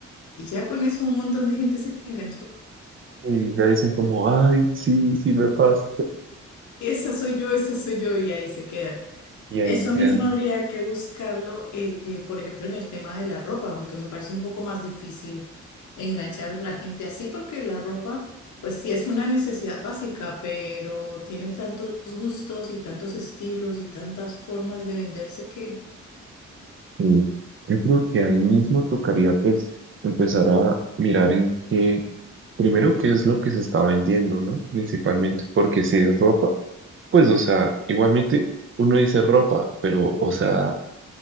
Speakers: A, on the left; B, on the right.
A: Y ya con eso un montón de gente se enganchó.
B: y ya dicen como, ay, sí, sí me pasa,
A: Y esa soy yo, esa soy yo, y ahí se quedan.
B: y ahí
A: Eso
B: quedan
A: mismo habría que buscarlo, eh, eh, por ejemplo, en el tema de la ropa, aunque me parece un poco más difícil enganchar a la gente así, porque la ropa, pues sí es una necesidad básica, pero tiene tantos gustos y tantos estilos y tantas formas de venderse que
B: Sí, yo creo que ahí mismo tocaría pues empezar a mirar en qué, primero qué es lo que se está vendiendo, ¿no? Principalmente, porque si es ropa, pues o sea, igualmente uno dice ropa, pero o sea,